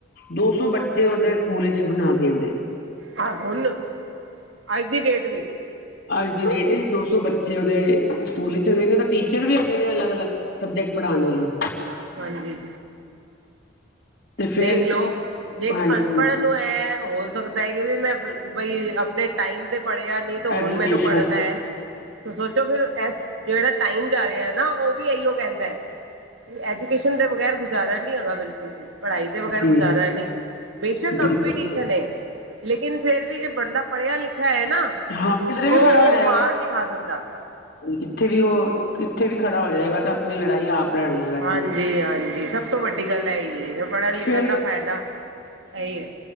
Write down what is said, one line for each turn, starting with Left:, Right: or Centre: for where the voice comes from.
Left: ਦੋ ਸੌ ਬੱਚੇ ਉਦੇ ਸਕੂਲ ਵਿੱਚ ਹੁਣ ਆਗੇ ਨੇ
Right: ਆ ਹੁਣ, ਅੱਜ ਦੀ ਡੇਟ ਵਿੱਚ
Left: ਅੱਜ ਦੀ ਡੇਟ ਵਿੱਚ ਦੋ ਸੌ ਬੱਚੇ ਉਹਦੇ ਸਕੂਲ ਵਿੱਚ ਹੈਗੇ ਨੇ ਤੇ ਟੀਚਰ ਵੀ ਹੈਗੇ ਨੇ। ਸਭ ਅਲੱਗ- ਅਲੱਗ, ਸਬਜੈਕਟ ਪੜ੍ਹਾਉਣ ਵਾਲੇ-
Right: ਹਾਂਜੀ
Left: ਤੇ ਫੇਰ
Right: ਵੇਖ ਲੋ, ਜੇ
Left: ਹਾਂਜੀ
Right: ਅਨਪੜ੍ਹ ਨੂੰ ਤੋ ਐ ਹੋ ਸਕਦਾ ਏ ਇਹ ਵੀ ਮੈਂ ਬਈ ਆਪਣੇ ਟਾਈਮ ਤੇ ਪੜ੍ਹਿਆ ਨੀ ਤੇ
Left: ਐਜੂਕੇਸ਼ਨ
Right: ਹੁਣ ਮੈਨੂੰ ਪੜ੍ਹਨਾ ਏ- ਤੇ ਸੋਚੋ ਫਿਰ ਏਸ ਜਿਹੜਾ ਟਾਈਮ ਜਾ ਰਿਹਾ ਨਾ ਉਹ ਵੀ ਇਹੀਓ ਕਹਿੰਦਾ ਐਜੂਕੇਸ਼ਨ ਦੇ ਬਗੈਰ ਗੁਜ਼ਾਰਾ ਨੀ ਹੈਗਾ ਬਿਲਕੁਲ ਵੀ- ਪੜ੍ਹਾਈ ਦੇ ਵਗੈਰ
Left: ਜੀ
Right: ਗੁਜ਼ਾਰਾ ਨਹੀਂ, ਬੇਸ਼ੱਕ
Left: ਬਿਲਕੁਲ
Right: ਕੰਪੀਟੀਸ਼ਨ ਏ- ਲੇਕਿਨ ਫੇਰ ਵੀ ਜੇ ਬੰਦਾ ਪੜ੍ਹਿਆ ਲਿਖਿਆ ਹੈ ਨਾ
Left: ਹਾਂ ਕਿਦਰੇ
Right: ਤਾਂ
Left: ਵੀ
Right: ਉਹ
Left: ਖੜਾ ਹੋ ਜਾਏਗਾ
Right: ਮਾਰ ਨਹੀਂ ਖਾ ਸਕਦਾ
Left: ਕਿੱਥੇ ਵੀ ਉਹ ਕਿੱਥੇ ਵੀ ਖੜਾ ਹੋ ਜਾਏਗਾ ਤਾਂ ਆਪਣੀ ਲੜਾਈ ਆਪ ਲੜ ਲਏਗਾ
Right: ਹਾਂਜੀ,
Left: ਜੀ
Right: ਹਾਂਜੀ ਸਭ ਤੋਂ ਵੱਡੀ ਗੱਲ ਏਈ ਐ ਜੋ ਪੜ੍ਹਨ ਲਿਖਨ
Left: ਫੇਰ
Right: ਦਾ ਫਾਇਦਾ ਏਈ ਐ।